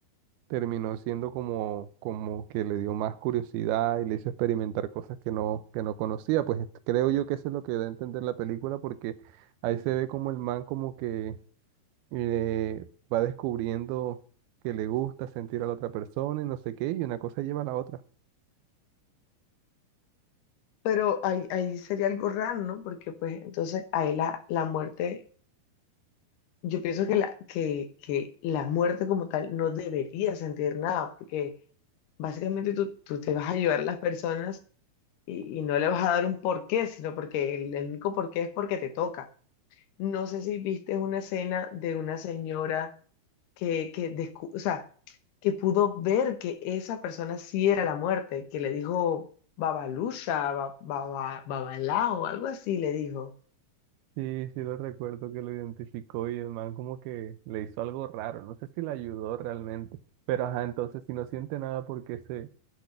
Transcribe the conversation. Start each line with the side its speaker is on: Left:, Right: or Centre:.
Right: terminó siendo como, como que le dio más curiosidad y le hizo experimentar cosas que no, que no conocía. Pues creo yo que eso es lo que da a entender la película porque ahí se ve como el man como que eh, va descubriendo que le gusta sentir a la otra persona y no sé qué, y una cosa lleva a la otra.
Left: pero ahí, ahí sería algo raro, ¿no? Porque pues entonces ahí la, la muerte, yo pienso que la, que, que la muerte como tal no debería sentir nada porque básicamente tú, tú te vas a ayudar a las personas y, y no le vas a dar un porqué, sino porque el, el único porqué es porque te toca. No sé si viste una escena de una señora que, que, descu- o sea, que pudo ver que esa persona sí era la muerte, que le dijo Babalusha, ba- baba- Babalao, algo así le dijo.
Right: Sí, sí lo recuerdo que lo identificó y el man como que le hizo algo raro, no sé si le ayudó realmente, pero ajá, entonces si no siente nada porque se,